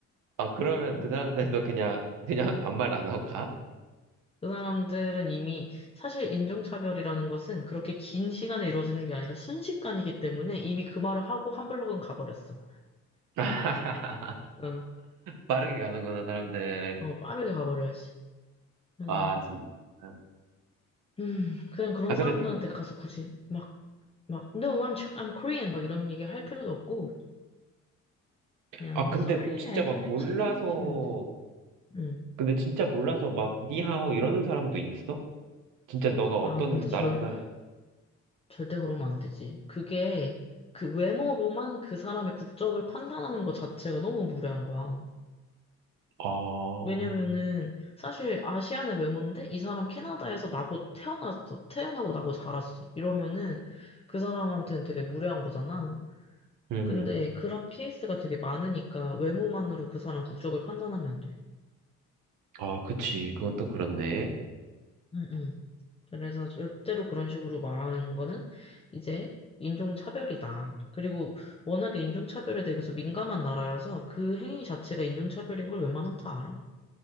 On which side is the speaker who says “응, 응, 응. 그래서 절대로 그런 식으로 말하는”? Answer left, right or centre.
Left